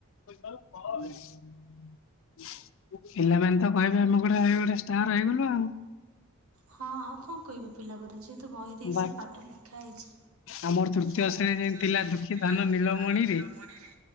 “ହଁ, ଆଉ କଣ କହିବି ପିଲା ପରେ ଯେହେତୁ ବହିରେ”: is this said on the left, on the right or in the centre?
Right